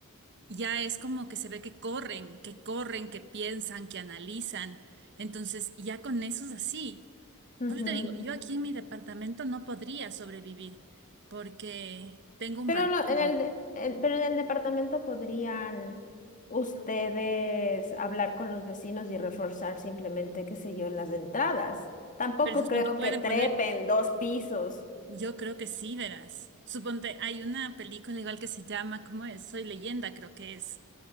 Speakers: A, on the right (about 55°); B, on the left (about 35°).
A: ya es como que se ve que corren, que corren, que piensan, que analizan. Entonces, ya con eso es así.
B: Ujú.
A: Por eso te digo, yo aquí en mi departamento no podría sobrevivir, porque tengo un
B: Pero
A: balcón,
B: lo- en el, de- en- pero en el departamento podrían ustedes hablar con los vecinos y reforzar simplemente, qué sé yo, las entradas. Tampoco
A: pero es que
B: creo
A: cuando pueden
B: que trepen
A: poner...
B: dos pisos.
A: Yo creo que sí, verás. Suponte, hay una película igual que se llama, ¿cómo es? Soy leyenda, creo que es,